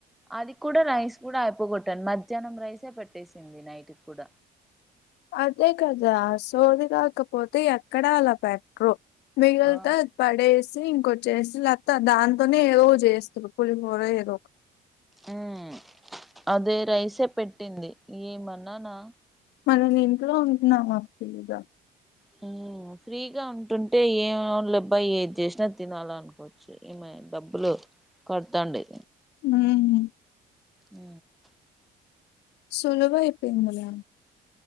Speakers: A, in the centre; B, on the left.
A: అది కూడా రైస్ కూడా అయిపో గొట్టండి మ ధ్యాహ్నం రైసే పెట్టేసింది నైటికి కూడ
B: అదే కదా సోది కాకపోతే ఎక్కడ అలా పెట్ట్రరు వీలైతే
A: ఆ
B: అది పడేసి ఇంకొ చేసి లత్త దాంతోనే ఏదో చేస్తరు పులిహోర ఏదో ఒక
A: ఉమ్ అదే రైసే పెట్టింది ఏమన్నానా
B: మనం ఇంట్లో ఉంటున్నాము మాకు తెలీద
A: హ్మ్ ఫ్రీగా ఉంటుంటే ఏవో లేబ్బ ఏద్ జేసినా తినాల అనుకోవచ్చు ఈమె డబ్బులు కట్టండి
B: హ్మ్
A: అ
B: సులవైపెందిలె